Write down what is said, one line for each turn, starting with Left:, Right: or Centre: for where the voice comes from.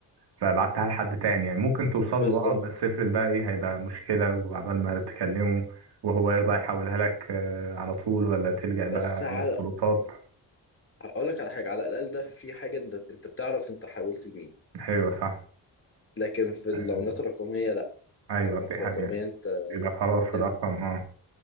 Right: فبعتها لحد تاني يعني ممكن توصل
Left: بالظبط
Right: له اه بس افرض بقى ايه هيبقى مشكلة وعبال ما تكلمه وهو يرضى يحولها لك آه، على طول ولا تلجأ
Left: بس
Right: بقى
Left: على
Right: للسلطات
Left: هقول لك على حاجة على الأقل ده في حاجة أنت أنت بتعرف أنت حاولت لمين
Right: أيوة صح
Left: لكن في العملات
Right: آه،
Left: الرقمية لا
Right: أيوة
Left: العملات
Right: دي
Left: الرقمية
Right: حقيقة
Left: انت
Right: يبقى خلاص الرقم
Left: ال-
Right: اه